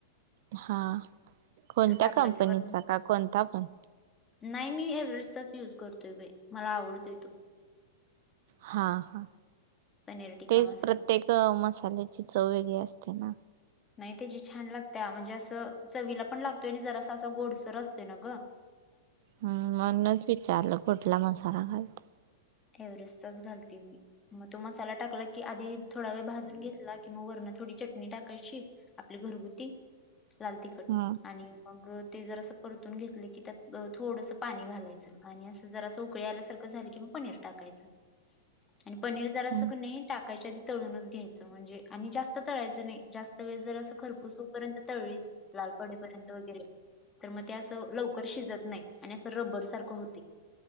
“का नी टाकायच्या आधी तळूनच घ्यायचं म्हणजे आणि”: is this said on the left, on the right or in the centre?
Left